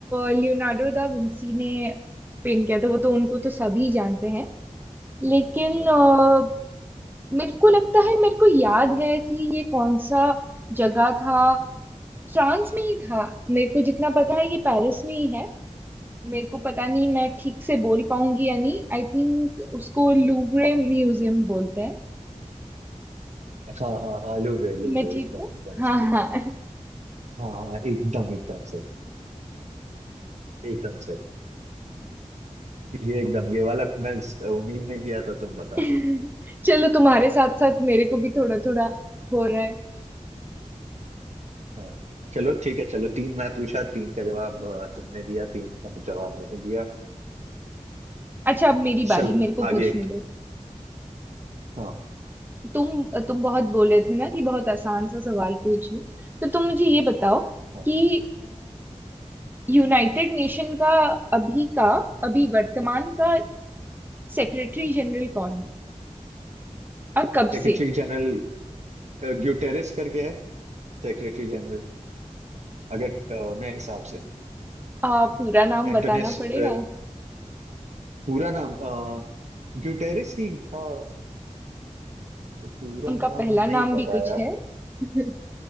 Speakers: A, on the right; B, on the right.
A: लियोनार्डो दा विंसी ने पेंट किया था वो तो उनको तो सभी जानते हैं लेकिन
B: हाँ
A: अ, मेरे को लगता है मेरे को याद है कि ये कौन सा जगह था फ्रांस में ही था मेरे को जितना पता है ये पेरिस में ही है मेरे को पता नहीं मैं ठीक से बोल पाऊंगी या नहीं आई थिंक उसको लूवरे म्यूजियम बोलते हैं
B: हाँ हाँ हाँ लूब्रे लूब्रे
A: मैं ठीक
B: एकदम
A: हूँ
B: एकदम
A: हाँ
B: सही
A: हाँ
B: हाँ हाँ एकदम एकदम सही एकदम सही ये एकदम ये वाला मैं उम्मीद नहीं किया था तुम बता
A: <laughs>
B: दोगे
A: चलो तुम्हारे साथ साथ मेरे को भी थोड़ा थोड़ा हो रहा है
B: हाँ, चलो ठीक है चलो तीन मैं पूछा तीन का जवाब अ, तुमने दिया तीन का जवाब मैंने दिया
A: अच्छा अब मेरी बारी
B: चलो
A: मेरे को पूछने
B: आगे एक
A: दो
B: हाँ
A: तुम तुम बहुत बोले थे ना कि बहुत आसान सा सवाल पूछ लूं तो तुम मुझे ये बताओ
B: हाँ
A: कि यूनाइटेड नेशन का अभी का अभी वर्तमान का सेक्रेटरी जनरल कौन है और कब से
B: सेक्रेटरी जनरल अ, ग्यूटेरेस करके है सेक्रेटरी जनरल अगर अ, मेरे हिसाब से
A: अ, पूरा नाम बताना
B: एंटोनेस
A: पड़ेगा
B: अ, पूरा नाम अ, ग्यूटेरेस ही था पूरा
A: उनका
B: नाम
A: पहला
B: नहीं
A: नाम भी
B: पता
A: कुछ
B: यार
A: है <laughs>